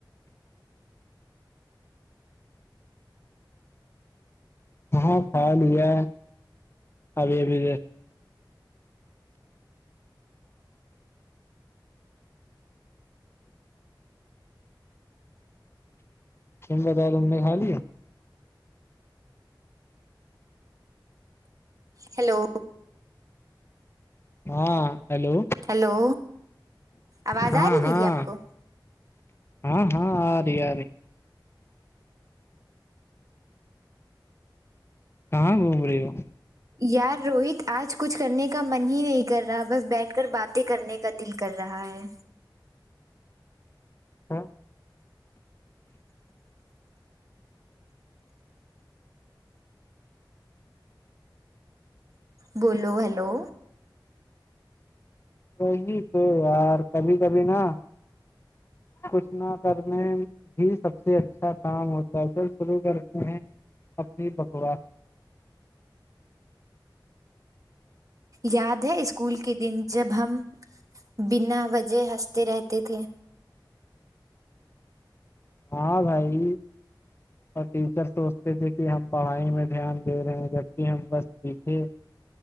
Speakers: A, on the left; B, on the right.
A: ہاں خیال ہوا ہے ابھی ابھی
B: ف ف ف ف ف ہے
A: کیم بتاؤ تم نے کھا لیا
B: ہیلو
A: ہاں ہیلو
B: ہیلو آواز
A: ہاں
B: آ رہی میری
A: ہاں
B: آپ کو
A: ہاں ہاں آ رہی آ رہ کہاں گھوم رہی ہو
B: یار روہت آج کچھ کرنے کا من ہی نہیں کر رہا بس بیٹھ کر باتیں کرنے کا دل کر رہا ہے
A: ہاں
B: بولو ہیلو
A: وہی تو یار کبھی کبھی نہ کچھ نہ کرنے یہ سب سے اچھا کام ہوتا ہے سر شروع کرتے ہیں اپنی بکوا جبہ <unintelligible>
B: یاد ہے اسکول کے دن جب ہم <unintelligible> بنا وجہ ہنستے رہتے تھے
A: ہاں بھائی اور ٹیچر سوچتے تھے کہ ہم پڑھائی میں دھیان دے رہے ہیں جبکہ ہم بس سیکھے